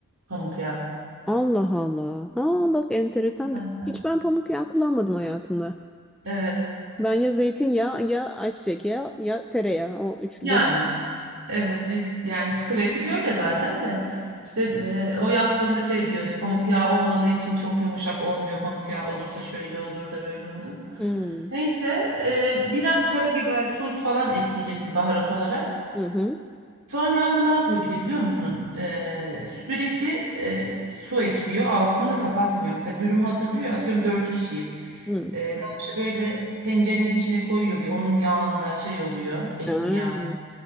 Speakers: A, on the right; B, in the centre.
A: Pamuk yağı.
B: Allah Allah. Ha bak enteresan
A: Ay.
B: bir. Hiç ben pamuk yağı kullanmadım hayatımda.
A: Evet.
B: Ben ya zeytinyağı ya ayçiçek yağı ya tereyağı. O üçlü
A: Yani
B: de.
A: evet biz yani klasik öyle zaten de. işte e, o yaptığında şey diyor işte, pamuk yağı olmadığı için çok yumuşak olmuyor. Pamuk yağı olursa şöyle olur da böyle olur.
B: Hmm.
A: Neyse e, biraz karabiber, tuz falan ekleyeceksin baharat olarak.
B: Hı hı.
A: Sonra ama ne yapıyor bir de biliyor musun? E, sürekli e, su ekliyor. Altını da kapatmıyor. Mesela dürüm hazırlıyor. ya, Atıyorum dört kişiyiz.
B: Hı.
A: E, lavaşı böyle tencerenin içine koyuyor. Bir onun yağında şey oluyor. Etin
B: Hmm.
A: yağında